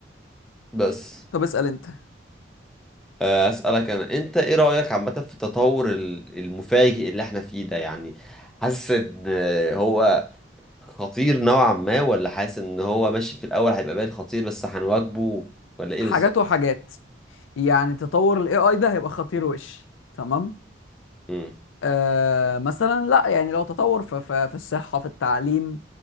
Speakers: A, in the centre; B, on the left.
A: بس
B: طب اسأل انت
A: آه، أسألك أنا أنت إيه رأيك عامة في التطور ال- المفاجئ اللي إحنا فيه ده يعني حاسس إن هو خطير نوعا ما ولا حاسس إن هو ماشي في الأول هيبقى باين خطير بس هنواجهه ولا إيه
B: حاجات
A: بالظبط؟
B: وحاجات يعني تطور الاي اي ده هيبقى خطير وش تمام
A: امم
B: آه، مثلا لا يعني لو تطور في في في الصحة في التعليم